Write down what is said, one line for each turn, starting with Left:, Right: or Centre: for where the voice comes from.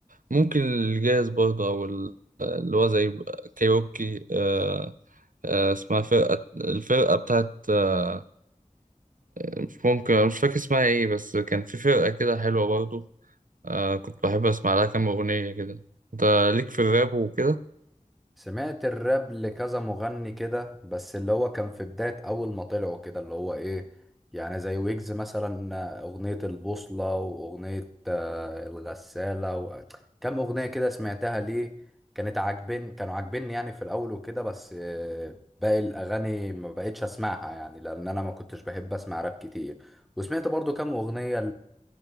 Right: ممكن الجاهز برضه أو ال- اللي هو زي كايروكي آه، آه، اسمها فرقة الفرقة بتاعت آه، مش ممكن مش فاكر اسمها ايه بس كان في فرقة كده حلوة برضو آه كنت بحب اسمع لها كام اغنية كده انت ليك في الراب وكده
Centre: سمعت الراب لكذا مغني كده بس اللي هو كان في بداية أول ما طلعوا كده اللي هو إيه يعني زي ويجز مثلا أغنية البوصلة وأغنية آه، الغسالة و... كم أغنية كده سمعتها ليه كانت عاجبين كانوا عاجبيني يعني في الأول وكده بس آه، باقي الأغاني ما بقتش أسمعها يعني لأن أنا ما كنتش بحب أسمع راب كتير وسمعت برضو كم أغنية